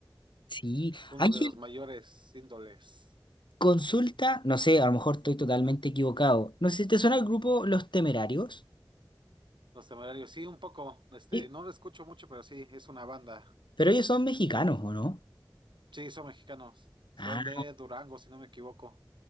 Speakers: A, on the left; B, on the right.
A: Sí.
B: uno
A: Ángel,
B: de los mayores índoles.
A: consulta, no sé, a lo mejor estoy totalmente equivocado. No sé si te suena el grupo Los Temerarios.
B: Los Temerarios, sí, un poco, este,
A: Sí.
B: no lo escucho mucho, pero sí, es una banda.
A: Pero ellos son mexicanos, ¿o no?
B: Sí, son mexicanos, son
A: Ah.
B: de Durango, si no me equivoco.